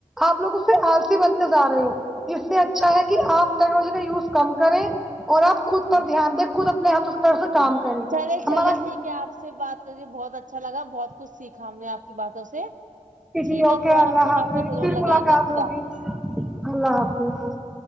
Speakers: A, in the centre; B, on the right.
A: آپ لوگ اس سے آلسی بنتے جا رہے ہو اس سے اچھا ہے کہ آپ ٹیکنالوجی کا یوز کم کریں اور آپ خود پر دھیان دیں خود اپنے ہاتھوں سے پیروں سے کام کریں
B: چلیں
A: ہمارا
B: چلیں ٹھیک ہے آپ سے بات کر کے بہت اچھا لگا بہت کچھ سیکھا ہم نے آپ کی باتوں سے
A: جی جی
B: ٹھیک
A: اوکے
B: ہے دوبارہ
A: اللہ
B: فون
A: حافظ
B: آپ کو ضرور
A: پھر
B: لگائیں
A: ملاقات
B: گے خدا
A: ہوگی
B: حافظ
A: اللہ حافظ